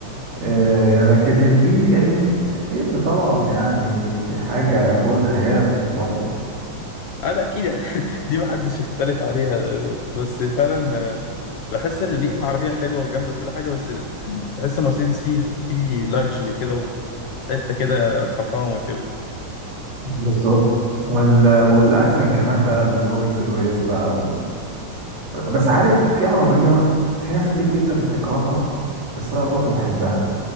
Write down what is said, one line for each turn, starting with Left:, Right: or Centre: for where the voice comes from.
Right: أه لكن البي ام بي ام طبعا يعني حاجة فوق الخيال برضو
Left: اه ده اكيد <laughs> دي محدش يختلف عليها بس فعلا آه، بحس ان البي ام عربيه حلوه وجامده وكل حاجه بس تحس مرسيدس فيه فيه لاكجري كده وحته كده فخامه كده
Right: بالظبط وال... والاحسن كمان بقى الرولز رويس بقى و... بس عارف في عربية في ناس كتير جدا بتكرهها بس انا برضو بحبها